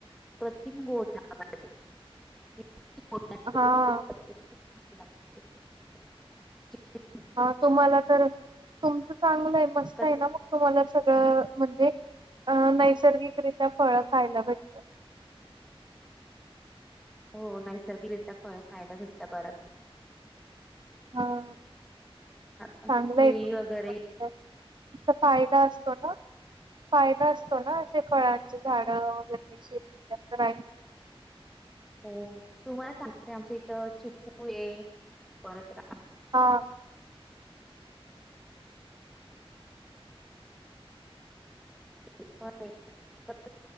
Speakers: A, in the centre; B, on the right.
A: <unintelligible>
B: हां,
A: <unintelligible>
B: हा तुम्हाला तर तुमचं चांगलं आहे मस्त
A: कच्च
B: आहे ना मग तुम्हाला म्हणजे अ नैसर्गिकरित्या फळ खायला भेटत
A: <inaudible> हो नैसर्गिक भेटता फ खायला भेटत बर
B: हा <inaudible>
A: आणि
B: चांगलंय
A: केळी
B: तुम
A: वगैरे
B: त <inaudible> फायदा असतो ना फायदा असतो ना असे फळांचे झाड वगैरशी राहाल
A: हो तुम्हाला सांगते आमच्या इथं चिकू ये परत रा
B: हा
A: <inaudible> <unintelligible>